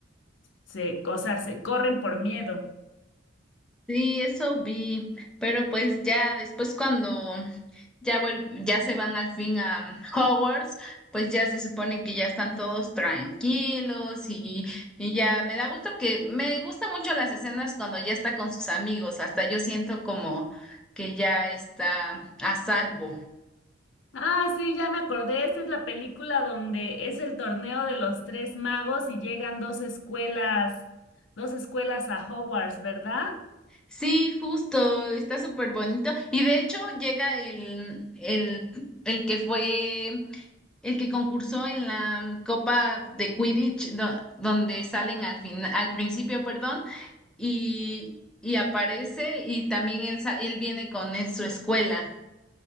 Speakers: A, on the left; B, in the centre.
A: se, o sea, se corren por miedo.
B: Sí, eso vi, pero pues ya después cuando ya vuel- ya se van al fin a um, Hogwarts, pues ya se supone que ya están todos tranquilos y, y ya me da gusto que me gustan mucho las escenas cuando ya está con sus amigos, hasta yo siento como que ya está a salvo.
A: Ah, sí, ya me acordé. Esta es la película donde es el torneo de los tres magos y llegan dos escuelas, dos escuelas a Hogwarts, ¿verdad?
B: Sí, justo, está súper bonito y de hecho llega el, el, el que fue... El que concursó en la um, Copa de Quidditch, do- donde salen al final, al principio, perdón. y, y aparece y también él, sa- él viene con es- su escuela.